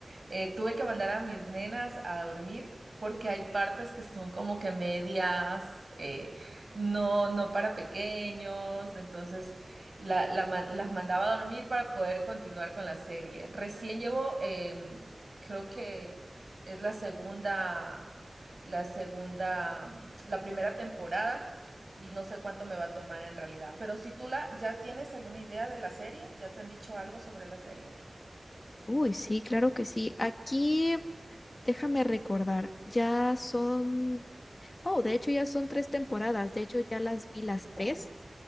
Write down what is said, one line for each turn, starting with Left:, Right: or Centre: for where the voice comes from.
Right: Eh, tuve que mandar a mis nenas a dormir porque hay partes que son como que medias, eh, no, no para pequeños, entonces la- la ma- las mandaba a dormir para poder continuar con la serie. Recién llevo, em, creo que es la segunda, la segunda, la primera temporada y no sé cuánto me va a tomar en realidad. Pero si tú la, ya tienes alguna idea de la serie, ya te han dicho algo sobre la serie.
Left: Uy, sí, claro que sí. Aquí, déjame recordar, ya son, oh, de hecho ya son tres temporadas. De hecho, ya las vi las
Right: Oh,
Left: tres.